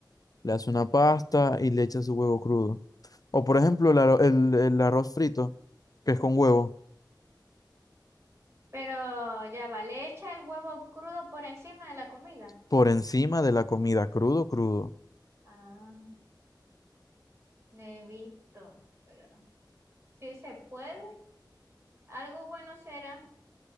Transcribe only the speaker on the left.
Le hace una pasta y le echa su huevo crudo. O, por ejemplo, el, arro- el el arroz frito, que es con huevo,
por encima de la comida, crudo, crudo.